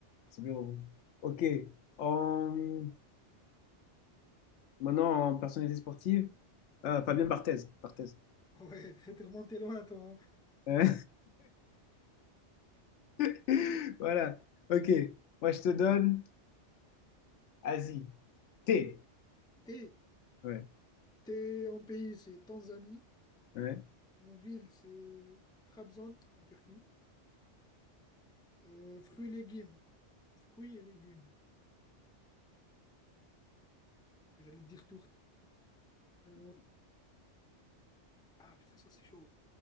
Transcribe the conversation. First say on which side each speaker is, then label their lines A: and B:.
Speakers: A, on the left; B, in the centre.
A: c'est bien. Ok. En- Maintenant, en personnalité sportive, euh, Fabien Barthez. Barthez.
B: Ouais, <laughs> t'es remonté loin, toi. hein.
A: Euh, <laughs> Voilà. Ok. Moi, je te donne Asie. Thé.
B: T'es,
A: Ouais.
B: t'es en pays, c'est Tanzanie.
A: Ouais.
B: En ville, c'est Trabzon, en Turquie. Euh, fruits et légumes. Fruits et légumes. J'allais te dire tourte. Euh, ah putain, ça c'est chaud.